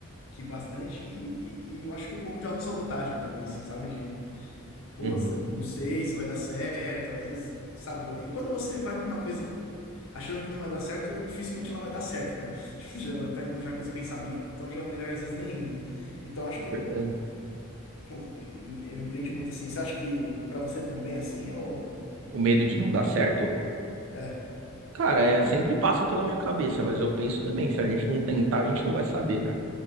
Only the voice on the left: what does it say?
que bastante, e, e, e eu acho que um pouco de autossabotagem também, assim, sabe, de poxa,
não sei se vai dar certo, às vezes, sabe? E quando você vai para uma coisa achando que não vai dar certo, dificilmente ela vai dar certo, né? <laughs> Tipo, já vai estar indo já com esse pensamento, então já é melhor às vezes nem ir, né? Então
acho que
eu, eu empreendo muito assim. Você acha que para você também é assim ou
é,